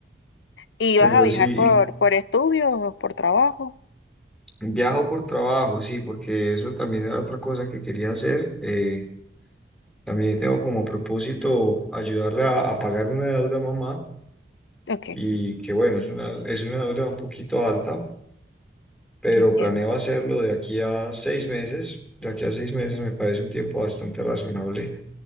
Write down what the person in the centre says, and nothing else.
Pero
sí,
y viajo por trabajo, sí, porque eso también era otra cosa que quería hacer. Eh, también tengo como propósito ayudarle a, a pagar una deuda a mamá.
Y que bueno, es una, es una deuda un poquito alta, pero
planeo hacerlo de aquí a seis meses. De aquí a seis meses me parece un tiempo bastante razonable